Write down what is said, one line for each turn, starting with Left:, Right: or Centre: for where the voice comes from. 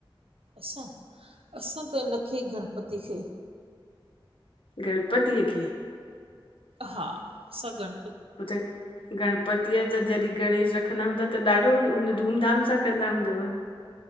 Right: असां-असां त हिनखे गणपति खे
Left: गणपतीअ खे?
Right: हा सदर
Left: हुते गण पतीअ त जॾहिं गणेश रखंदा हूंदाव त ॾाढो हुन धूमधाम सां कंदा हूंदव?